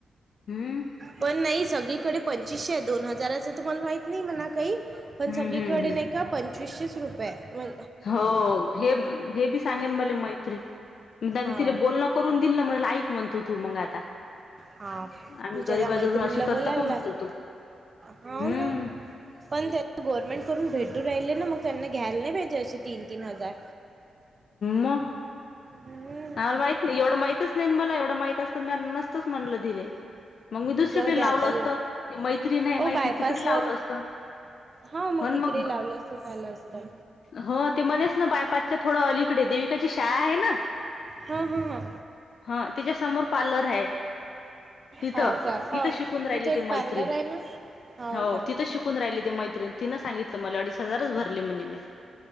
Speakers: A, on the left (about 65°); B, on the right (about 35°).
A: हम्म
B: पण नाही सगळीकडे पंचवीसशे दोन हजाराच तुम्हाला माहित नाही मणा काही. पण
A: हम्म
B: सगळीकडे
A: हम्म हम्म
B: नाही का पंचवीसशेस रुपये मण.
A: हो हे हे बी सांगेन मला मैत्री. आ
B: हाव
A: तिला बोलणं करून दिल ना म्हण ईक म्हणतो तू मग आता.
B: हा तुमच्या
A: आम्ही गरीबाजवळून
B: त्या मैत्रिणीला
A: अशी
B: बोलायला
A: करतो का म्हणतो
B: ला
A: तू.
B: हाउ
A: हम्म
B: ना. पण त्या गव्हर्नमेंट करून भेटू राहिले ना मग त्यांना घ्यायला नाही पाहिजे असे तीन तीन हजार.
A: मग.
B: हम्.
A: आला माहित नाही एवढं माहितच नाही मला एवढं माहित असतं म न. तूच म्हणलं दिर मग मी दुसरीकडे
B: जाऊ द्या
A: लावलं
B: आता
A: असत ते मैत्री नाही
B: ओ
A: मैत्री
B: बायपासवर
A: तिकडे लावलं असत.
B: हां
A: हो
B: तिकडे
A: मग
B: लावलं असतं झालं असतं
A: हो ते मणेच ना बायपा <unintelligible> चा थोडं अलीकडे देविकाची शाळा आहे ना
B: हा हा हा.
A: हा त्याच्या समोर पार्लर हाय तिथं
B: हाव का हाव
A: तिथं शिकून राहिली
B: तिथे एक
A: ते मैत्री.
B: पार्लर आहे ना हाव
A: हो
B: का
A: तिथं शिकून राहिली ते मैत्रीण तिनं सांगितलं मला अडीच हजारच भरले म्हणे मी.